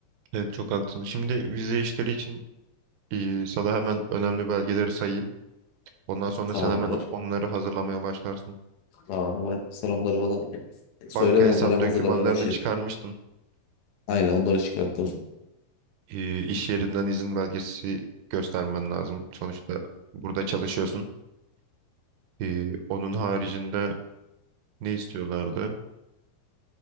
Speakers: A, on the right; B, on the left.
A: Evet çok haklısın. Şimdi vize işleri için e, sana hemen önemli belgeleri sayayım. Ondan sonra
B: Tamamdır.
A: sen hemen onları hazırlamaya başlarsın.
B: Tamam hemen selamları bana söyle
A: Banka
B: ben
A: hesap
B: onları hem
A: dokümanlarını
B: hazırlamaya başlayayım.
A: çıkarmıştın.
B: Aynen onları çıkarttım.
A: E, iş yerinden izin belgesi göstermen lazım. Sonuçta burada çalışıyorsun. E, onun haricinde ne istiyorlardı?